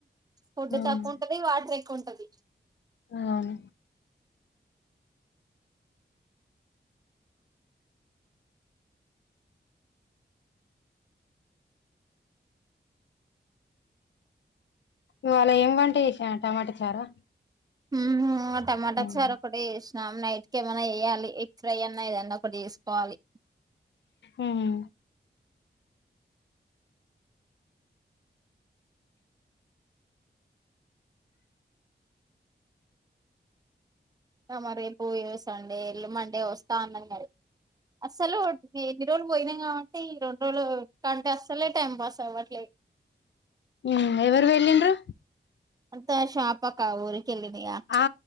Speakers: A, on the right; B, on the left.
A: ఫుడ్
B: ఉమ్
A: తక్కువ ఉంటది వాటర్ ఎక్కువంటది
B: అవును ఇవాళ ఏమివంట చేసినవు టమాటా చారా
A: హు హామ్ టమాటా
B: ఉమ్
A: చారా ఒక్కటే చేసిన అం నైట్ క ఏమైనా చేయ్యాలి ఎగ్ ఫ్రై అన్నా ఏదన్నా ఒకటి చేసుకోవాలి
B: ఉం
A: మా రేపు సండే ఇల్లు మండే వస్తా అన్నది మరి అస్సలు ఎన్ని రోజులు పోయినాం కాబట్టి ఈ రెండు రోజులు కంటే అస్సలే టైం పాస్ అవ్వట్లేదు
B: ఉం ఎవరు వెలిన్రు
A: అంత షాపక్క ఊరికెళ్ళినయా
B: ఆ